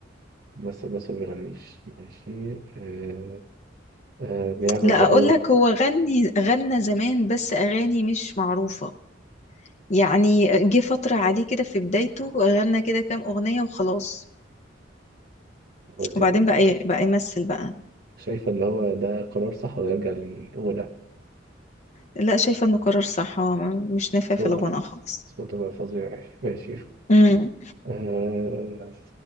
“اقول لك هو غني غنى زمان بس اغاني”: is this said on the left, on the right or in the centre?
Left